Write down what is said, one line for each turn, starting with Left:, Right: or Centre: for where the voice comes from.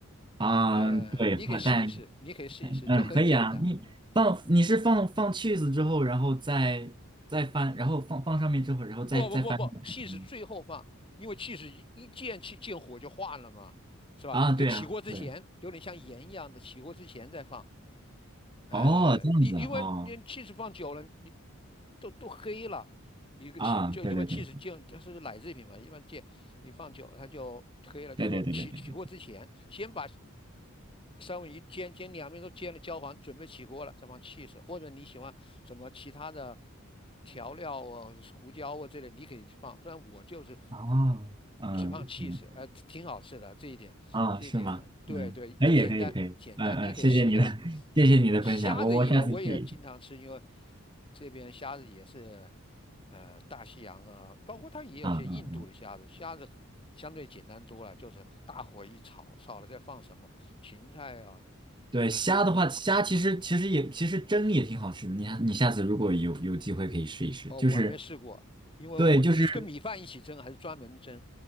Right: 啊，
Left: 呃，
Right: 对，
Left: 你可以试一试，
Right: 花但，
Left: 你可以试一试，
Right: 嗯，
Left: 就很简单。
Right: 可以啊，你放你是放放 cheese 之后，然后再再翻，然后放放上面之后，然后再再翻一遍嗯
Left: 不不不不，气是最后放，因为气是一一见气见火就化了嘛，是吧？
Right: 啊，对啊，
Left: 就起锅之前，
Right: 对，
Left: 有点像盐一样的，起锅之前再放。呃，
Right: 哦，这样子啊哦，
Left: 你因为你气是放久了，你都都黑了，你个气就因为气是见，
Right: 啊，对对对
Left: 就是奶制品嘛，一般见你放久了它就黑了。就是说起起锅之前，
Right: 对对对对对对，
Left: 先把三文鱼煎煎两面都煎了焦黄，准备起锅了，再放气色，或者你喜欢什么其他的调料啊、胡椒啊之类，你可以去放。不然我就是
Right: 哦，嗯嗯，
Left: 只放气 h 呃，挺好吃的这一点，
Right: 啊，
Left: 这一点对对，
Right: 是吗？嗯，可以可以可以，
Left: 简单简单，
Right: 嗯嗯，
Left: 你可以试一下。
Right: 谢谢你的 <laughs>。谢谢你的分享，
Left: 虾子也我也经常吃，
Right: 我我下次试一下
Left: 因为这边虾子也是呃大西洋啊，包括它也有些印度的虾子，
Right: 啊啊，
Left: 虾子。相对简单多了，就是大火一炒，炒了再放什么，芹菜啊，
Right: 对，虾的话，
Left: 我
Right: 虾其实其实也其实蒸也挺好吃的。你下你下次如果有有机会可以试一试，
Left: 哦我还没试过，
Right: 就是
Left: 因为我你是跟米饭一起蒸还是专门蒸？
Right: 对，就是